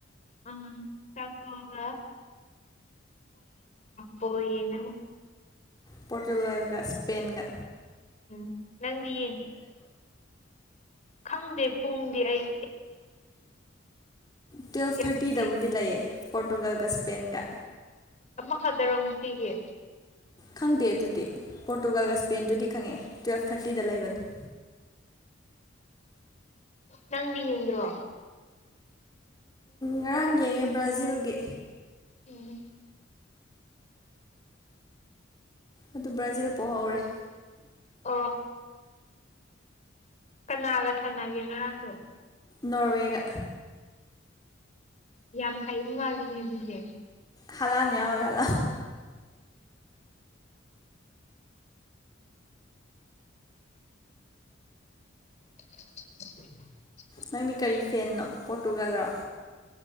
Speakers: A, on the left; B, on the left.
A: ꯑꯥ ꯆꯀꯒꯣ ꯀꯣ ꯣ ꯌꯦꯅ
B: ꯄꯣꯣꯔꯇꯨꯒꯜꯒ ꯁꯄꯦꯟꯒ
A: ꯎꯝ ꯅꯪꯌꯦ ꯈꯪꯗꯦ ꯄꯨꯡꯗꯤ ꯑꯩ
B: ꯇꯨꯋꯦꯜꯐ
A: ꯀꯌꯥꯗ
B: ꯊꯥꯔꯇꯤꯗꯕꯨꯗꯤ
A: ꯂꯩꯒꯦ ꯈꯪꯗꯦ
B: ꯂꯩꯌꯦ ꯄꯣꯔꯇꯨꯒꯜꯒ ꯏꯁꯄꯦꯟꯒ
A: ꯑꯃ ꯊꯥꯗꯔꯣ ꯉꯁꯤꯒꯤ
B: ꯈꯪꯗꯦ ꯑꯗꯨꯗꯤ ꯄꯣꯔꯇꯨꯒꯥꯜꯒ ꯏꯁꯄꯦꯟꯗꯨꯗꯤ ꯈꯪꯉꯛꯦ ꯇꯨꯋꯦꯜꯞ ꯊꯥꯔꯇꯤꯗ ꯂꯩꯕꯅꯤ <inaudible>
A: ꯅꯪꯗꯤꯟꯣ
B: ꯉꯔꯥꯡ ꯌꯦꯡꯉꯦ ꯕ꯭ꯔꯥꯖꯤꯜꯒꯤ
A: ꯎꯝ
B: ꯑꯗꯨ ꯕ꯭ꯔꯥꯖꯤꯜ ꯄꯣꯛ ꯍꯧꯧꯔꯦ
A: ꯑ ꯀꯅꯥꯒ ꯁꯥꯟꯅꯒꯦ ꯉꯔꯥꯡꯗꯣ
B: ꯅꯣꯋꯦꯒ
A: ꯌꯥꯝ ꯍꯩꯕ ꯃꯥꯜꯂꯤꯅꯦ ꯑꯗꯨꯗꯤ
B: ꯍꯂꯥꯅꯤ ꯑ ꯍꯂ
A: <unintelligible>
B: ꯅꯪꯗꯤ ꯀꯔꯤ ꯐꯦꯟꯅꯣ ꯄꯣꯔꯇꯨꯒꯥꯜꯔꯣ